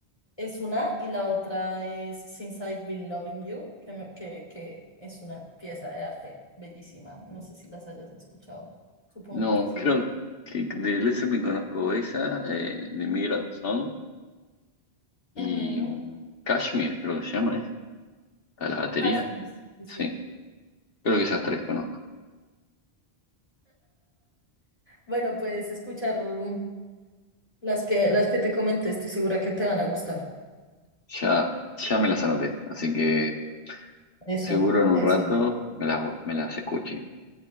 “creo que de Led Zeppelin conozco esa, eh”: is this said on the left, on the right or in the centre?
Left